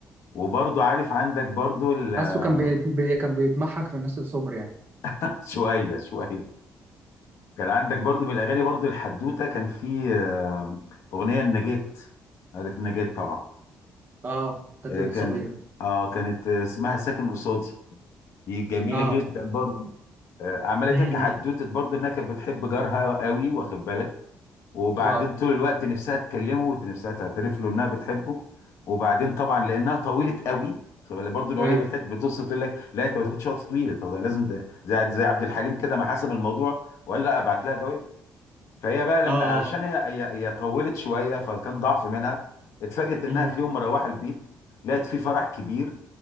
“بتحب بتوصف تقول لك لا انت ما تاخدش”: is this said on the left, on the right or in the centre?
Left